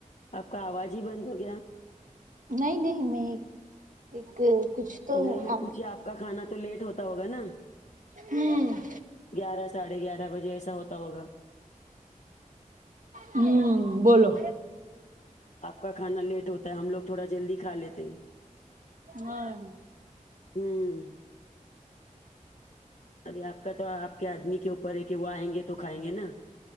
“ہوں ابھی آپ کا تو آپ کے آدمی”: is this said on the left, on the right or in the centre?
Left